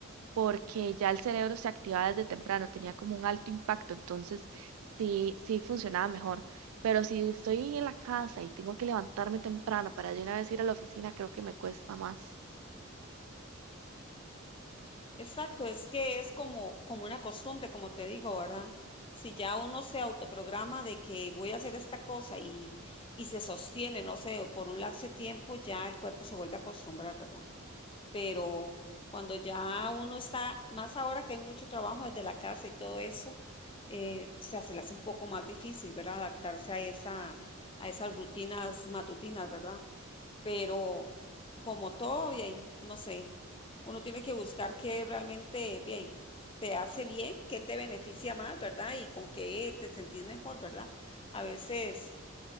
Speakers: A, on the right (about 85°); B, on the left (about 25°).
A: porque ya el cerebro se activaba desde temprano, tenía como un alto impacto, entonces sí, sí funcionaba mejor. Pero si estoy en la casa y tengo que levantarme temprano para de una vez ir a la oficina, creo que me cuesta más.
B: Exacto, es que es como, como una costumbre, como te digo, ¿verdad? Si ya uno se autoprograma de que voy a hacer esta cosa y, y se sostiene, no sé, por un lapso de tiempo, ya el cuerpo se vuelve a acostumbrar, ¿verdad? pero cuando ya uno está, más ahora que hay mucho trabajo desde la casa y todo eso, eh, o sea, se le hace un poco más difícil, ¿verdad? Adaptarse a esa, a esas rutinas matutinas, ¿verdad? Pero como todo, y ahí, no sé, uno tiene que buscar qué realmente, ve ahí, te hace bien, qué te beneficia más, ¿verdad? Y con qué te sentís mejor, ¿verdad? A veces...